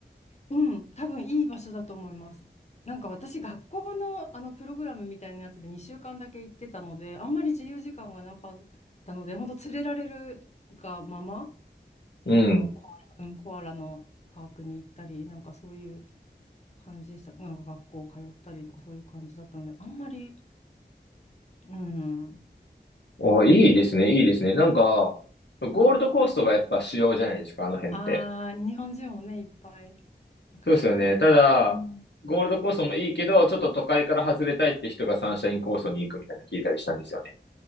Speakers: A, on the left (about 40°); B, on the left (about 80°).
A: うん、多分いい場所だと思います。なんか私、学校のあのプログラムみたいなやつで2週間だけ行ってたので、あんまり自由時間がなかったので、本当連れられるがまま、
B: うん。
A: あのコアラ、うん、コアラのパークに行ったり、なんかそういう感じでした。なんか学校通ったりとかそういう感じだったので、あんまり、うん、
B: ああ、
A: あんまり、
B: いいですね、いいですね。なんか、ゴールドコーストがやっぱ主要じゃないですか、
A: うん、
B: あの辺って。
A: ああ、日本人もね、いっぱい昔からね、
B: そうですよね。ただ、
A: うん、
B: ゴールドコーストもいいけど、
A: お守りで。
B: ちょっと都会から外れたいって人がサンシャインコーストに行くみたいなの聞いたりしたんですよね。